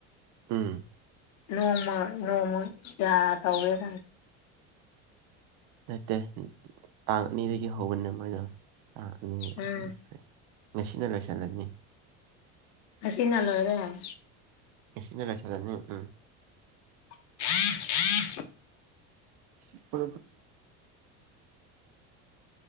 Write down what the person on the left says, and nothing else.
ꯅꯣꯡꯃ ꯅꯣꯡꯃ ꯀꯌꯥ ꯇꯧꯋꯦ ꯀ
ꯎꯝ
ꯍꯁꯤꯅꯅ ꯑꯣꯏꯣꯏꯗ
ꯍ